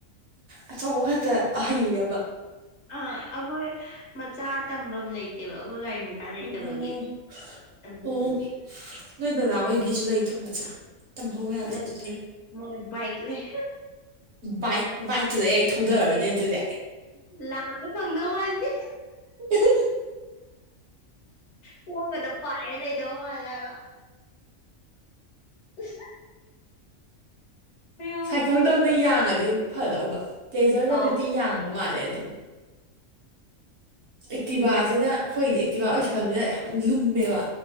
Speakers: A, on the right; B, on the left.
A: ꯑꯆꯧꯕ ꯈꯛꯇ ꯍꯩ ꯑꯕ
B: ꯑꯥ ꯑꯩꯈꯣꯏ ꯃꯆꯥ ꯇꯝꯕꯝ ꯂꯩ ꯇꯦꯕ ꯑꯩꯈꯣꯏ ꯒꯥꯔꯤ ꯃꯆꯥ ꯂꯩꯇꯕꯒꯤ
A: ꯎꯝ
B: ꯑꯗꯨꯗꯨꯒꯤ
A: ꯑꯣ ꯅꯣꯏ ꯗꯗꯥ ꯍꯣꯏꯒꯤꯁꯨ ꯂꯩꯇꯔꯣ ꯃꯆꯥ ꯇꯝꯍꯧ ꯌꯥꯗ꯭ꯔꯗꯤ
B: ꯂꯩꯇꯦ
A: ꯇꯧꯋꯤ
B: ꯃꯣꯏ ꯕꯥꯏꯛ ꯂꯩ
A: ꯕꯥꯏꯛ ꯕꯥꯏꯛꯇꯨꯗ ꯍꯦꯛ ꯊꯧꯗꯔꯣꯅꯦ ꯑꯗꯨꯗꯤ
B: ꯂꯥꯝꯕ ꯐꯪꯗꯧ ꯃꯥꯟꯗꯦ
A: <unintelligible>
B: ꯈꯣꯡꯒꯗꯣ ꯄꯥꯏꯔ ꯂꯩꯗꯧ ꯃꯥꯜꯂꯦ ꯍꯥꯏꯕ <unintelligible> ꯑꯌꯣ
A: ꯁꯥꯏꯀꯜꯗꯧꯅ
B: ꯈꯨꯊꯨꯝ
A: ꯌꯥꯡꯉꯗꯤ ꯐꯗꯧꯕ ꯄ꯭ꯂꯦꯖꯔꯒꯗꯨꯗꯤ
B: ꯑꯧ
A: ꯌꯥꯡꯕ ꯃꯥꯜꯂꯦ ꯑꯗꯨꯝ ꯑꯦꯛꯇꯤꯕꯥꯖꯤꯅ ꯑꯩꯈꯣꯏꯗꯤ ꯑꯦꯛꯇꯤꯕꯥ ꯑꯣꯏꯁꯜꯂꯕꯅꯤꯅ ꯌꯥꯝ ꯂꯨꯝꯃꯦꯕ